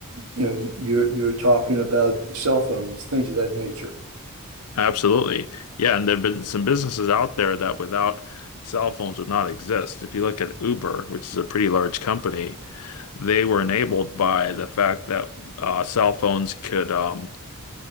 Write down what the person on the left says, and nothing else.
Absolutely. Yeah, and there've been some businesses out there that without cell phones would not exist. If you look at Uber, which is a pretty large company, they were enabled by the fact that uh, cell phones could um,